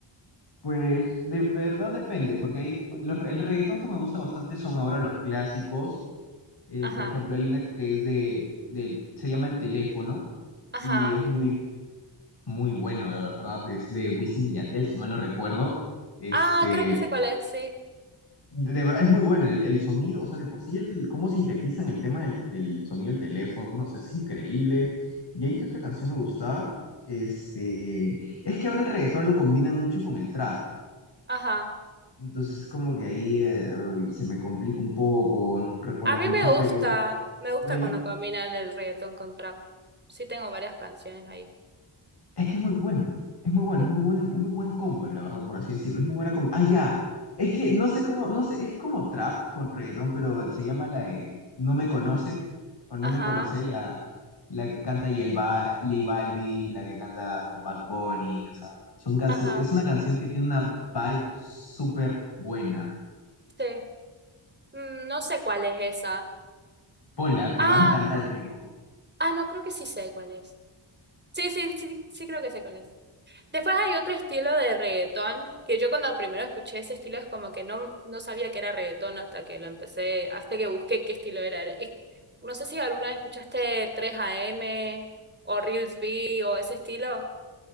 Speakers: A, on the left; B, on the right.
A: Pues de verdad depende, porque hay, los- el reggaetón que me gusta bastante son ahora los clásicos. Eh,
B: Ajá,
A: por ejemplo, hay una que es de, del- se llama El Teléfono
B: ajá.
A: y es muy, muy bueno, de verdad, es de Wisin y Yandel, si mal no recuerdo. Este,
B: Ah, creo que sé cuál es, sí.
A: de, de verdad es muy bueno el, el sonido, o sea, de por sí, el, cómo sintetizan el tema del, del sonido del teléfono, o sea, es increíble. Y ahí que otra canción me gustaba, este, es que ahora el reggaetón lo combinan mucho con el trap,
B: Ajá.
A: entonces como que ahí eh, uy, se me complica un poco, no recuerdo
B: A mí
A: mucho,
B: me gusta,
A: pero,
B: me gusta
A: pero ahí
B: cuando combinan el reggaetón con trap. Sí tengo varias canciones ahí.
A: Es que es muy bueno, es muy bueno,
B: Ujú.
A: es muy buen, muy buen combo, la verdad, por así decirlo. Es muy buena combo. Ah, ya. Es que no sé cómo, no sé, es como trap con reggaetón, pero se llama la de No me conoce, o No
B: Ajá,
A: me conoce, la, la que canta Yel Ba- J Balvin, la que canta con Bad Bunny, o sea, son cancio-
B: ajá,
A: es una canción que tiene una vibe súper buena.
B: sí. Mm, no sé cuál es esa.
A: Ponla,
B: Ah,
A: te va a encantar el ritmo.
B: ah, no, creo que sí sé cuál es. Sí, sí, sí, sí creo que sé cuál es. Después hay otro estilo de reggaetón, que yo cuando primero escuché ese estilo es como que no, no sabía que era reggaetón hasta que lo empecé, hasta que busqué qué estilo era. Es- No sé si alguna vez escuchaste 3AM o Reels B o ese estilo.